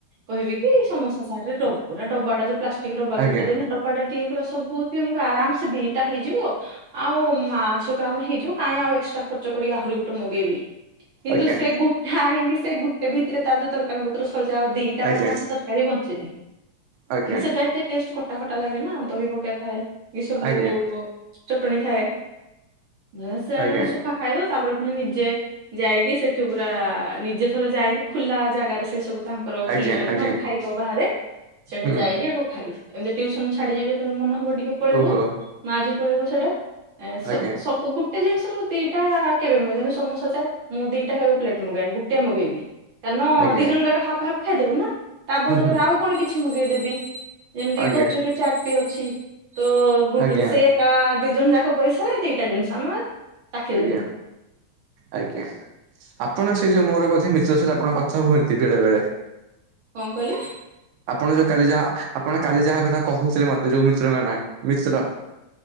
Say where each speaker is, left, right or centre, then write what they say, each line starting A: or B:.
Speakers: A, on the right (about 60°); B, on the right (about 75°).
A: କହିବି କି ସମୋସା ଚାଟ୍ ଦବୁ ପୁରା ଡବାଟା ଯଉ ପ୍ଲାଷ୍ଟିକ୍ ଡବା
B: ଆଜ୍ଞା
A: ଭିତରେ ଦିଏ ନା ଡବାଟା ଦିଏ ପୁରା ସବୁ ତମକୁ ଆରାମ୍ ସେ ଦିଟା ହେଇଯିବ ଆଉ ମା ଝିଅକୁ ତ ଆମର ହେଇଯିବ କାଇଁ ଆଉ ଏକ୍ସଟ୍ରା ଖର୍ଚ୍ଚ କରିକି ଆହୁରି ଗୋଟେ ମଗେଇବି। କିନ୍ତୁ
B: ଆଜ୍ଞା
A: ସେ ଗୋଟେ ଆଣିକି ସେ ଗୋଟେ ଭିତରେ ତା ଯଉ ତର୍ କାରୀ ପତ୍ର ସରିଯାଏ ଆଉ ଦିଟା
B: ଆଜ୍ଞା
A: ପାଇଁ ଆଉ ସେ ତରକାରୀ ବଞ୍ଚେନି
B: ଆଜ୍ଞା
A: ମାନେ
B: ଆଜ୍ଞା
A: ସେଟା ଏତେ ଟେଷ୍ଟ୍ ଖଟା ଖଟା ଲାଗେ ନା ଦହି ପକାଥାଏ ଏ ସବୁ
B: ଆଜ୍ଞା
A: ଚଟଣି ଥାଏ। ଉଁ- ସେଣୁ
B: ଆଜ୍ଞା ଆଜ୍ଞା
A: ଶୁଖା ଖାଇଦଉ ତାପରେ ପୁଣି ନିଜେ ଯାଇକି ସେଠୁ ପୁରା ନିଜେ ଥରେ ଯାଇକି ଖୁଲା ଜାଗାରେ ସେ ସବୁ ତାଙ୍କର ଖୋଲିଚନ୍ତି
B: ଆଜ୍ଞା ଆଜ୍ଞା
A: ମାନେ ଖାଇ ହବ ବାହାରେ ସେଠେ
B: ହୁଁ
A: ଯାଇକି ହେଟୁ ଖାଇବୁ। ଏମିତି ଟ୍ୟୁସନ୍ ଛାଡିଯିବି ଯେତେବେଳେ ମନ ହବ ଟିକେ ପଳେଇବୁ
B: ଓହୋ
A: ମା ଝିଅ ପଳେଇବୁ ସେଇଠେ ଏଁ ସବ୍
B: ଆଜ୍ଞା
A: ସବୁ ଗୋଟେ ଜିନିଷରୁ ଦିଟା କେବେ <unintelligible> ସମୋସା ଚା ମୁଁ ଦିଟା କେବେ ପ୍ଲେଟ ମଗାଏନି ଗୋଟଏ ମଗେଇବି କାରଣ
B: ଆଜ୍ଞା
A: ଦି ଜଣ ଯାକ ହାଫ ହା୍ଫ୍ ଖାଇଦବୁ ନା। ତା ବଦଳରେ
B: ହୁଁ ହୁଁ
A: ଆଉ କଣ କିଛି ମଗେଇଦେବି ଯେମିତି
B: ଆଜ୍ଞା
A: କଚୁରୀ ଚାଟ ଅଛି ତ ଗୁଡ୍ଡୁ
B: ଆଜ୍ଞା
A: ବି ସେଇ ଏକା ଦି ଜଣ ଯାକ ପଇସାରେ ଦିଟା ଜିନିଷ ଆମେ ଚାଖିଦେଲୁ।
B: ଆଜ୍ଞା, ଆଜ୍ଞା, ଆପଣ ସେଇ ଯୋଉ ମୋର ବୋଧେ ମିତ୍ର ସହିତ ଆପଣ କଥା ହୁଅନ୍ତି ବେଳେବେଳେ।
A: କଣ କହିଲେ?
B: ଆପଣ ଯୋଉ କାଲି ଯାହା ଆପଣ କାଲି ଯାହା କଥା କହୁଥିଲେ ମତେ ଯୋଉ ମିତ୍ରଙ୍କ ନାଁ ମିତ୍ର।